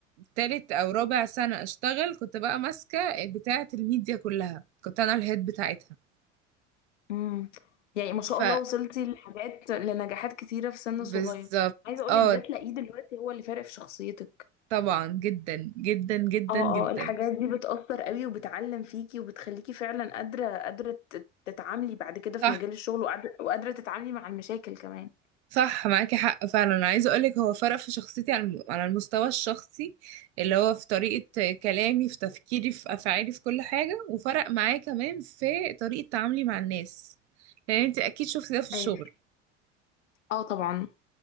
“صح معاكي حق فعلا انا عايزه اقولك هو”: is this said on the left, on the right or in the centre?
Right